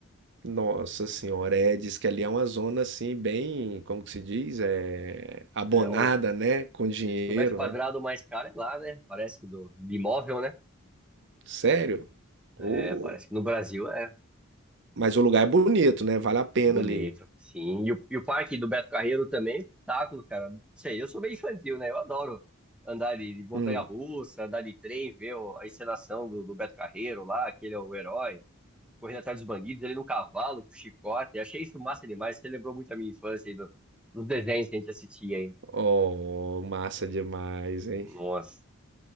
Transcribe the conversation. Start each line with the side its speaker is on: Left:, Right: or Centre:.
Right: Nossa senhora, é, diz que ali é uma zona, assim, bem, como que se diz? É, abonada,
Centre: É,
Right: né? Com dinheiro,
Centre: Diz que o metro quadrado
Right: né?
Centre: mais caro é lá, né? Parece que do de imóvel, né?
Right: Sério? Ô,
Centre: É, parece que no Brasil é
Right: Mas o lugar é bonito, né? Vale a pena
Centre: bonito,
Right: ali.
Centre: sim. E o, e o parque do Beto Carreiro também é espetáculo, cara. Não sei, eu sou meio infantil, né? Eu adoro andar de, de montanha-russa,
Right: Hum.
Centre: andar de trem, ver o- a encenação do, do Beto Carreiro lá, aquele é o herói, correndo atrás dos bandidos, ele no cavalo, com chicote. Achei isso massa demais. Você lembrou muito a minha infância aí do, dos desenhos que a gente assistia, hein?
Right: Oh, massa demais, hein?
Centre: Nossa.